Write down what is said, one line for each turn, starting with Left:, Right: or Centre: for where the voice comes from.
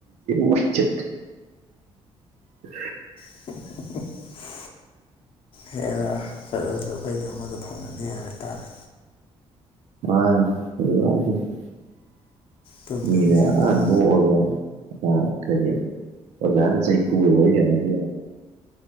Right: ꯋꯥꯁ ꯎ
Left: <unintelligible> ꯍꯔ ꯆꯠꯂꯁꯨ ꯑꯩꯈꯩꯗꯤ ꯑꯃꯉꯣꯟꯗ ꯐꯪꯒꯗꯤꯦ ꯍꯥꯏꯔ ꯇꯥꯔꯦ
Right: ꯑꯗꯦꯅꯦ
Left: ꯇꯨꯝꯅꯔꯤ ꯁꯥꯟꯅꯔꯤ
Right: ꯂꯒꯦ ꯑꯥ ꯀꯔꯤ ꯑꯣꯖꯥꯅ ꯆꯍꯤ ꯈꯨꯕ ꯋꯥꯔꯤ ꯁꯦꯟꯅꯕꯤ